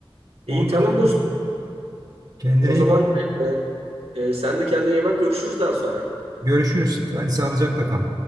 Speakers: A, on the right; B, on the right.
A: İyi
B: Oldu
A: tamam
B: bakayım.
A: dostum.
B: Kendine
A: E, O zaman
B: iyi bak.
A: e, e, sen de kendine iyi bak. Görüşürüz daha sonra.
B: Görüşürüz. Hadi sağlıcakla kal.